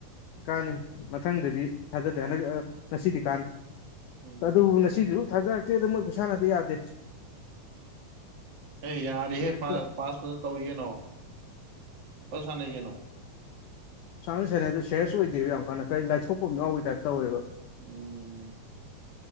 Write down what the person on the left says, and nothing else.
ꯀꯥꯅꯤ ꯃꯊꯪꯗꯗꯤ ꯊꯥꯖꯗꯦ ꯍꯟꯗꯛ ꯉꯁꯤꯗꯤ ꯀꯥꯅ
ꯑꯗꯨꯕꯨ ꯉꯁꯤꯁꯨ ꯊꯖꯥꯔꯛꯇꯦꯗ ꯃꯣꯏ ꯈꯨꯁꯥꯟꯅꯗꫭ ꯌꯥꯗꯦ
ꯃꯦꯠꯁꯇꯣ
ꯁꯥꯟꯕꯨꯗꯤ ꯁꯥꯟꯅꯩ ꯑꯗꯨ ꯁꯦꯔꯁ ꯑꯣꯏꯗꯦꯕ ꯌꯥꯝ ꯀꯥꯟꯅ ꯀꯔꯤ ꯂꯥꯏꯊꫭꯛꯄ ꯑꯃ ꯌꯥꯎꯕ ꯇꯥꯏꯞ ꯇꯧꯋꯦꯕ